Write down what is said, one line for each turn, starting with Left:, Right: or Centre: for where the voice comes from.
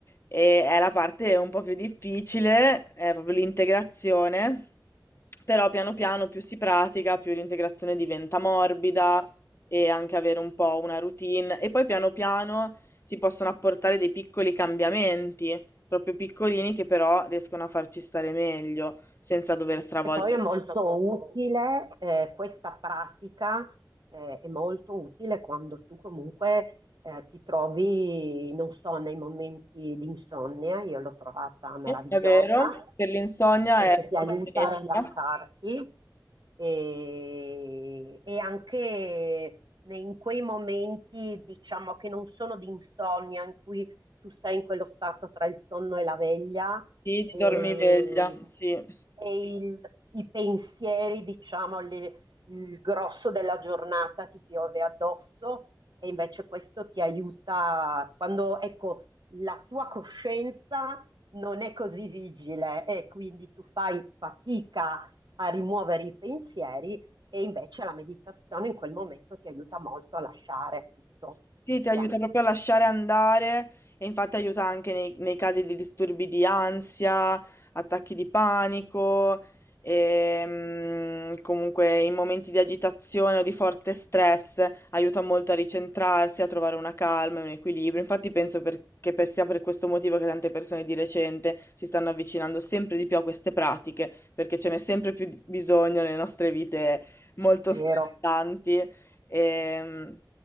Left: E è la parte un po' più difficile, è proprio l'integrazione, però piano piano più si pratica, più l'integrazione diventa morbida e anche avere un po' una routine. E poi piano piano si possono apportare dei piccoli cambiamenti, proprio piccolini che però riescono a farci stare meglio, senza dover stravolgerci,
Right: E poi è molto molto comodo. utile, eh, questa pratica, eh, è molto utile quando tu comunque eh, ti trovi, non so, nei momenti di insonnia, io l'ho trovata meravigliosa
Left: è vero, per l'insonnia
Right: perché
Left: è
Right: ti
Left: molto
Right: aiuta
Left: benefica.
Right: a rilassarti e, e anche nei- in quei momenti, diciamo, che non sono di insonnia, in cui tu sei in quello stato tra il sonno e la veglia
Left: Sì, ti
Right: e,
Left: dormiveglia, sì.
Right: e il- i pensieri, diciamo, le- il grosso della giornata ti piove addosso e invece questo ti aiuta quando, ecco, la tua coscienza non è così vigile e quindi tu fai fatica a rimuovere i pensieri e invece la meditazione in quel momento ti aiuta molto a lasciare tutto
Left: Sì,
Right: e
Left: ti aiuta
Right: via.
Left: proprio a lasciare andare e infatti aiuta anche nei, nei casi di disturbi di ansia, attacchi di panico e mm, comunque in momenti di agitazione o di forte stress aiuta molto a ricentrarsi, a trovare una calma e un equilibrio. Infatti penso per- che per- sia per questo motivo che tante persone di recente si stanno avvicinando sempre di più a queste pratiche, perché ce n'è sempre più di- bisogno nelle nostre vite molto
Right: È vero.
Left: stressanti. E,